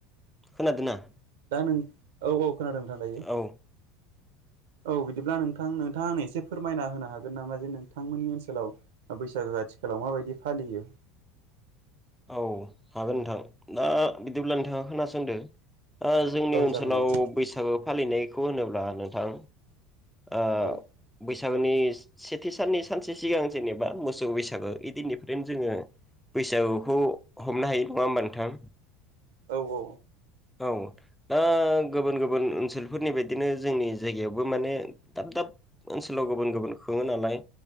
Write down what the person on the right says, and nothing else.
दा नों औ औ खोनादों नोंथां दायो। औ
बिदिब्ला नोंथां नोंथाङा आंनो एसे फोरमायना होनो हागोन नामा जे नोंथांमोननि ओनसोलाव ओ बैसा गो आथिखालाव माबायदि फालियो?
औ
जागोन दे नोंथां
औ
औ औ